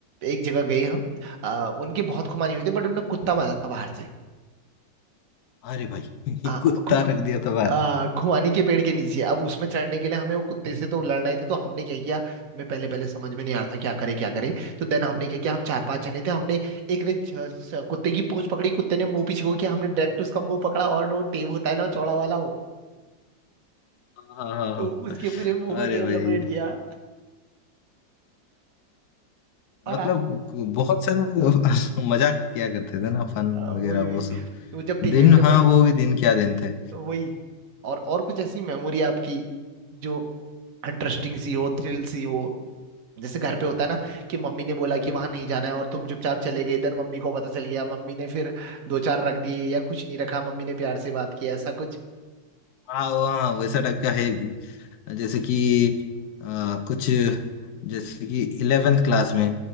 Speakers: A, on the right; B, on the left.
A: एक जगह गए हम अ, उनके बहुत खुमानी हुई थी बट उनने कुत्ता बांधा था बाहर
B: अरे भाई <laughs>
A: से
B: कुत्ता रख दिया था बाहर
A: आ, खुमानी के पेड़ के नीचे अब उसमें चढ़ने के लिए हमें वो कुत्ते से तो लड़ना ही था तो हमने क्या किया हमें पहले पहले समझ में नहीं आ रहा था क्या करे क्या करे तो देन हमने क्या किया हम चार पांच जने थे हमने एक ने ज- स- कुत्ते की पूंछ पकड़ी कुत्ते ने मुंह पीछे को किया हमने डायरेक्ट उसका मुंह पकड़ा और वो टेप होता है ना चौड़ा वाला वो
B: हाँ हाँ
A: तो
B: हाँ
A: उसके पूरे मुंह में
B: अरे
A: टेप
B: भाई
A: लपेट दिया और
B: मतलब
A: आप
B: बहुत सारे <laughs> मजाक किया करते थे ना फन
A: आ, वही
B: वगैरह वो
A: वही
B: सब
A: तो जब टेप
B: दिन
A: वेप लपेट
B: हाँ वो भी दिन क्या दिन थे
A: तो वही और और कुछ ऐसी मेमोरी आपकी जो इंटरेस्टिंग सी हो थ्रिल सी हो जैसे घर पे होता है ना कि मम्मी ने बोला कि वहां नहीं जाना है और तुम चुपचाप चले गए इधर मम्मी को पता चल गया मम्मी ने फिर दो चार रख दिए या कुछ नहीं रखा मम्मी ने प्यार से बात किया ऐसा कुछ
B: हाँ वो हाँ वैसा टाइप का है जैसे कि अ, कुछ जैसे कि इलेवेंथ क्लास में